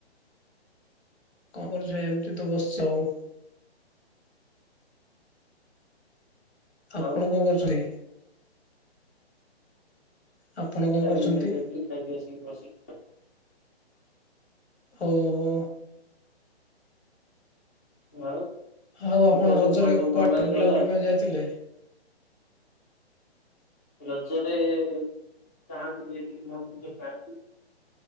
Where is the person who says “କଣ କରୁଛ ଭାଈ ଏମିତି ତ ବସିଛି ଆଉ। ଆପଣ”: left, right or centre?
Left